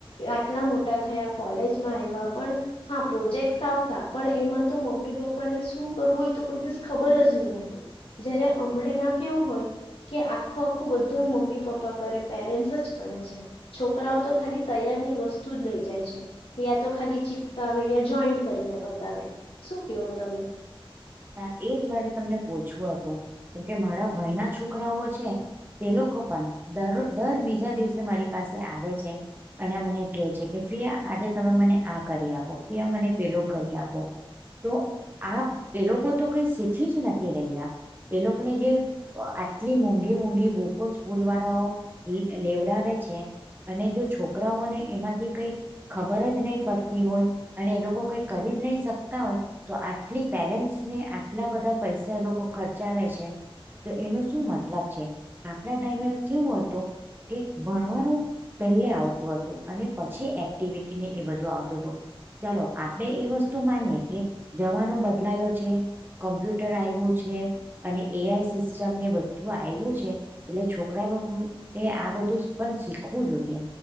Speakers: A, on the left; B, on the right.
A: આટલા મોટા થયા કોલેજમાં આવ્યા પણ હા, પ્રોજેક્ટસ આવતા પણ એમાં તો મમ્મી-પપ્પાને શું કરવું હોય તો કોઈ દિવસ ખબર જ નહી હતું. જયારે અમળે ના કેવું હોય. કે આખું આખું બધું મમ્મી-પપ્પા કરે પેરેન્ટ્સ જ કરે છે. છોકરાઓ તો ખાલી તૈયાર ની વસ્તુ જ લઈ જાય છે. યા તો ખાલી ચીપકાવે યા જોઈન્ટ કરીને બતાવે શું કેવો તમે?
B: હા, એ જ મારે તમને પછવું હતું, કેમકે મારા ભાઈ ના છોકરાઓ છે. તે લોકો પણ દર દર બીજા દિવસે મારી પાસે આવે છે. અને મને કહે છે કે ફયા આ આજે તમે મને આ કરી આપો, ફયા મને પેલું કરી આપો. તો આ એ લોકો તો કઈ શીખી જ નથી રહ્યા. એ લોકને જે... તો આટલી મોંઘી-મોંઘી બુકો સ્કૂલ વાળાઓ લેવડાવે છે. અને જો છોકરાઓને એમાંથી કઈ... ખબર જ નહી પડતી હોય અને એ લોકો કઈ કરી જ નહી શકતા હોય. તો આટલી... પેરેન્ટ્સ ને આટલા બધા પૈસા એ લોકો ખર્ચાવે છે. તો એનો શું મતલબ છે. આપણા ટાઈમે કેવું હતું કે ભણવાનું. પહેલે આવતું હતું અને પછી એક્ટિવિટીને એ બધું આવતું હતું. ચલો આપડે એ વસ્તુ માનીએ કે જવાનો બદલાયો છે. કોમ્પ્યુટર આવ્યું છે અને એઆઈ સિસ્ટમ ને બધું આવ્યું છે. એટલે છોકરા લોકનુ એ આ બધું પણ શીખવું જોઈએ.